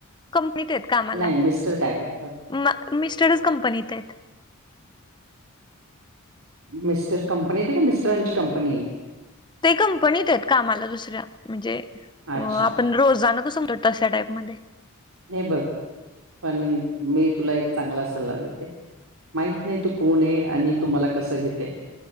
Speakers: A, on the left (about 20°); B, on the right (about 70°).
A: कंपनीत आहेत कामाला
B: नाही मिस्टर काय करतात?
A: म मिस्टरच कंपनीत आहेत
B: मिस्टर कंपनी हेत का मिस्टरांची कंपनी आहे?
A: ते कंपनीत आहेत कामाला दुसऱ्या म्हणजे
B: अच्छा
A: आपण रोजाना कसं तश्या टाईपमध्ये
B: हे बघ पण मी तुला एक चांगला सल्ला देते, माहित नाही तू कोण हे? आणि तु मला कसं घेते,